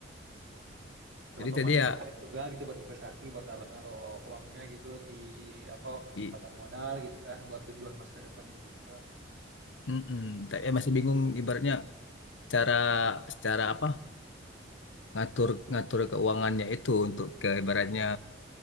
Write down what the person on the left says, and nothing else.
jadi
tadi
ya
i-
mm-mm. Tapi ya masih bingung ibaratnya cara secara apa ngatur ngatur keuangannya itu untuk ke ibaratnya